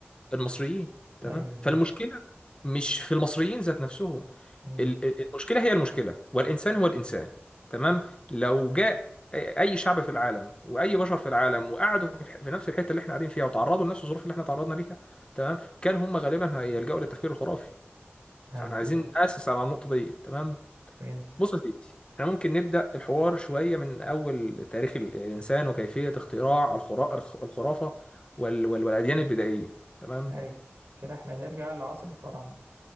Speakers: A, on the left; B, on the right.
A: المصريين تمام
B: ايوه بالظبط
A: فالمشكله مش في المصريين ذات نفسهم
B: مم.
A: ال- ال- المشكله هي المشكله والانسان هو الانسان تمام لو جاء اي شعب في العالم واي بشر في العالم وقعدوا في الح- في نفس الحته اللي احنا قاعدين فيها وتعرضوا لنفس الظروف اللي احنا تعرضنا ليها تمام كان هم غالبا هيلجأوا للتفكير الخرافي
B: ايوه
A: فاحنا عايزين
B: ايوه
A: نأسس على النقطه دي تمام
B: فهمت
A: بص يا سيدي احنا ممكن نبدأ الحوار شويه من اول تاريخ ال- الانسان وكيفيه اختراع الخرا- الخ- الخرافه وال- وال- والاديان البدائيه تمام
B: حلو كده احنا نرجع لعصر الفراعنة